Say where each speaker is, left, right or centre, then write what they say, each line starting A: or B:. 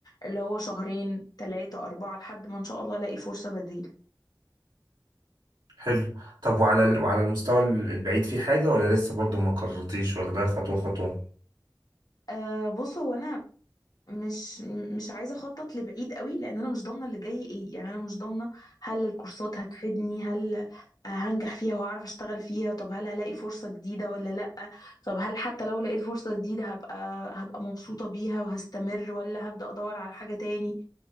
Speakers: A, on the left (about 55°); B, on the right (about 80°).
A: اللي هو شهرين ثلاثة أربعة لحد ما إن شاء الله ألاقي فرصة بديلة
B: حلو طب وعلى ال- وعلى المستوى ال- البعيد في حاجة ولا لسه برضو ما قررتيش واخدها خطوة خطوة
A: آه بص هو أنا مش مش عايزه اخطط لبعيد قوي لان انا مش ضامنه اللي جاي ايه يعني انا مش ضامنه هل الكورسات هتفيدني هل آه، هنجح فيها وهعرف اشتغل فيها طب هل هلاقي فرصه جديده ولا لا طب هل حتى لو لقيت فرصه جديده هبقى هبقى مبسوطه بيها وهستمر ولا هبدا ادور على حاجه تاني